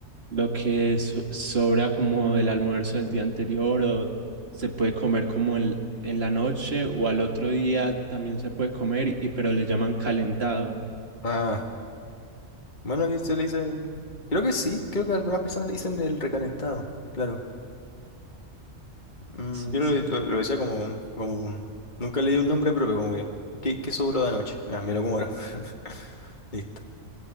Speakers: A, on the right (about 50°); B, on the left (about 35°).
A: lo que so- sobra como del almuerzo del día anterior o se puede comer como en, en la noche o al otro día también se puede comer y pero le llaman calentado.
B: ah, bueno, que se le dice. Creo que sí, creo que a algunas personas le dicen el recalentado, claro. Mm,
A: Sí,
B: yo lo,
A: sí.
B: lo- lo decía como, como. Nunca le di un nombre propio, como que. ¿Qué, qué sobró de anoche? Ah, me lo como ahora. <laughs> Listo.